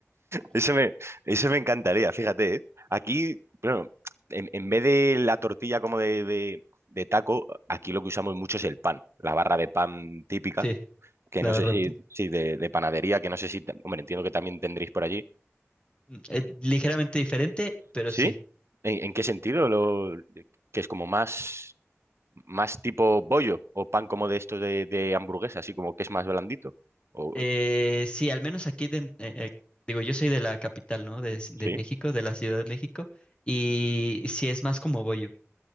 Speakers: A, on the right (about 60°); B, on the left (about 20°).
A: Eso me, eso me encantaría, fíjate, ¿eh? Aquí, bueno, en, en vez de la tortilla como de, de- de taco, aquí lo que usamos mucho es el pan, la barra de pan típica,
B: Sí,
A: que
B: la
A: no
B: verdad.
A: sé si, si de, de panadería, que no sé si, tam- hombre, entiendo que también tendréis por allí.
B: mm, eh, ligeramente diferente, pero
A: ¿Sí?
B: sí.
A: ¿En, en qué sentido? Lo, que es como más, más tipo bollo o pan como de estos de, de hamburguesa, así como que es más blandito. O,
B: Eh, sí, al menos aquí, de- eh, eh, digo, yo soy de la capital, ¿no? De, de
A: ¿sí?
B: México, de la Ciudad de México, y sí es más como bollo,